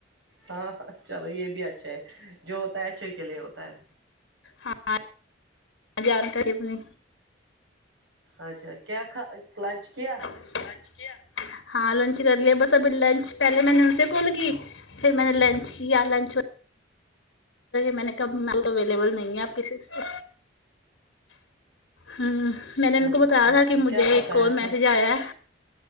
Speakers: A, on the right (about 75°); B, on the left (about 75°).
A: ہاں چلو یہ بھی اچھا ہے جو ہوتا ہے اچھے کے لیے ہوتا ہے
B: ہاں ہاں جانکاری اپنی
A: اچھا کیا لنچ کیا
B: لنچ کیا ہاں لنچ کر لییا بس ابھی لنچ پہلے میں نے انسے کال کی پھر میں نے لنچ کیا لنچ میں نے کب اویلیبل نہیں ہے آپ کی سسٹر ہوں میں
A: چلو
B: نے ان کو بتایا
A: ٹھیک
B: تھا کہ
A: ہے
B: مجھے
A: کیا پکایا
B: ایک اور
A: تھا
B: میسج آیا ہے